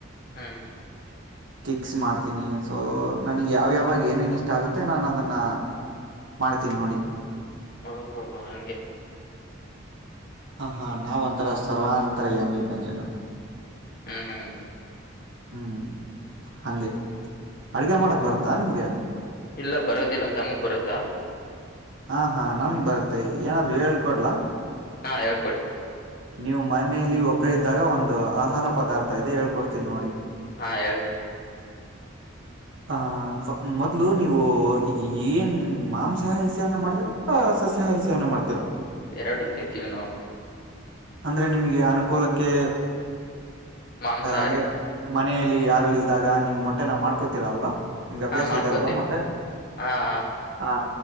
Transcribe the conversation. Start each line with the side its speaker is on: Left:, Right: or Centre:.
Left: ಹ್ಮ್
Right: ಕಿಕ್ಸ್ ಮಾಡ್ತೀನಿ ಸೊ ನನಗ್ ಯಾವ್ಯಾವ ಅವಾಗ ಏನೇನ್ ಇಷ್ಟ ಆಗುತ್ತೆ ನಾನು ಅದನ್ನ ಮಾಡ್ತೀನಿ ನೋಡಿ.
Left: ಹೌದು ಹಂಗೆ.
Right: ಹ ಹಾ ನಾವ ಒಂಥರ ಸರ್ವಾಂತರಯಾಮಿ ಇದ್ದಂಗೆ ನೋಡಿ.
Left: ಹ್ಮ್.
Right: ಹ್ಮ್ ಹಂಗೆ ಅಡ್ಗೆ ಮಾಡಕ್ ಬರುತ್ತಾ ನಿಮ್ಗೆ.
Left: ಇಲ್ಲ ಬರೋದಿಲ್ಲ ತಮಗ್ ಬರತ್ತಾ.
Right: ಹಾ ಹಾ ನನಗ ಬರುತ್ತೆ ಏನಾದ್ರು ಹೇಳ್ಕೊಡ್ಲಾ.
Left: ಹಾ ಹೇಳ್ಕೊಡಿ.
Right: ನೀವು ಮನಲಿ ಒಬ್ಬ್ರ ಇದ್ದಾಗ ಒಂದು ಆಹಾರ ಪದಾರ್ಥ ಇದೆ ಹೇಳ್ಕೊಡ್ತೀನ್ ನೋಡಿ.
Left: ಹಾ ಹೇಳಿ.
Right: ಆ. ಮೊದ್ಲು ನೀವು ಏನ್ ಮಾಂಸಾಹಾರಿ ಸೇವನೆ ಮಾಡ್ತೀರಾ ಇಲ್ಲ ಸಸ್ಯಾಹಾರಿ ಸೇವನೆ ಮಾಡ್ತೀರಾ.
Left: ಎರಡು ತಿಂತೀವಿ ನಾವು.
Right: ಅಂದ್ರೆ ನಿಮಗೆ ಅನುಕೂಲಕ್ಕೆ
Left: ಮಾಂಸಾಹಾರಿ
Right: ಅಂದ್ರೆ. ಮನೆಯಲ್ಲಿ ಯಾರು ಇಲ್ದಾಗ ನೀವ ಮೊಟ್ಟೆನಾ ಮಾಡ್ಕೋತೀರ ಅಲ್ವಾ. ನಿಮ್ಗೆ ಅಭ್ಯಾಸ
Left: ಹಾ ಮಾಡ್ಕೋತೀವಿ
Right: ಇದೆ ಅಲ್ವಾ ಮೊಟ್ಟೆ
Left: ಹಾ ಹಾ
Right: ಹಾ.